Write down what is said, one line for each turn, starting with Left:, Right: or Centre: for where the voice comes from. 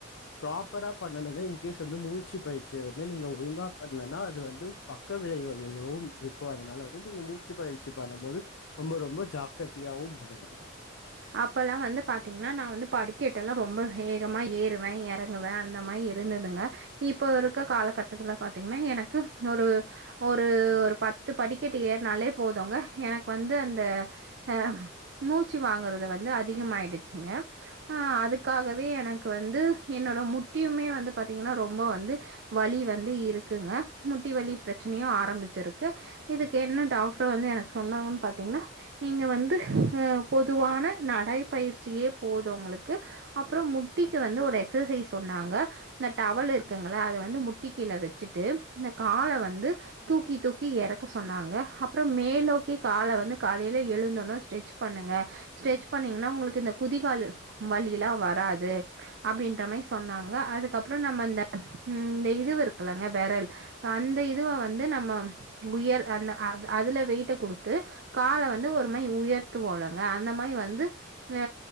Left: ப்ராப்பரா பண்ணணுங்க இன்கேஸ் வந்து மூச்சு பயிற்சிய வந்து நீங்க ஒழுங்கா பண்லனா அது வந்து பக்க விளைவுகள் எல்லோவு இருக்கும் அதனால நீங்க மூச்சு பயிற்சி பண்ணும்போது ரொம்ப ரொம்ப ஜாக்கிரதையாவு பண்ணணுங்க
Right: அப்போல்லா வந்து பாார்த்தீங்கன்னா நா வந்து படிக்கட்டெல்லா ரொம்ப வேகமாக ஏறுவே எறங்குவே அந்த மாரி இருந்துதுங்க இப்ப இருக்க காலகட்டத்துல பாத்தீங்கன்னா எனக் கு ஒரு ஒரு ஒரு பத்து படிக்கட்டு ஏறனாலே போதுங்க எனக் க்கு வந்து அந்த அ மூச்சு வாங்குறது வந்து அதிகமாயிடுச்சுங்க ஆ அதுக்காகவே எனக்கு வந்து என்னோட முட்டியுமே வந்து பாத்தீங்கன்னா ரொம்ப வந்து வலி வந்து இருக்குங்க முட்டி வலி பிரச்சனையு ஆரம்பிச்சிருக்கு இதுக்கு என்ன டாக்டர் வந்து எனக்கு சொன்னாங்கன்னு பாத்தீங்கன்னா நீங்க வந்து அ பொதுவான நடைப்பயிற்சியே போது உங்களுக்கு அப்புறோ முட்டிக்கு வந்து ஒரு எக்சசைஸ் சொன்னாங்க இந்த டவல் இருக்குங்கள அத வந்து முட்டி கீழ வச்சுட்டு இந்த கால வந்து தூக்கி தூக்கி எறக்க சொன்னாங்க அப்புறோ மேலோக்கி கால வந்து காலையில எழுந்தணு ஸ்ட்ரெச் பண்ணுங்க ஸ்ட்ரெச் பண்ணீங்கன்னா உங்களுக்கு இந்த குதிகால் வலியலா வராது அப்டின்ற மாரி சொன்னாங்க அதுக்கப்புறோ நம்ம இந்தந்த இந்த இது இருக்குலங்க வெரல் அந்த இதுவ வந்து நம்ம உயர் அந்த அ அதுல வெயிட்ட குடுத்து கால வந்து ஒரு மாதரி உயர்த்து வோலங்க அந்த மாரி வந்து அ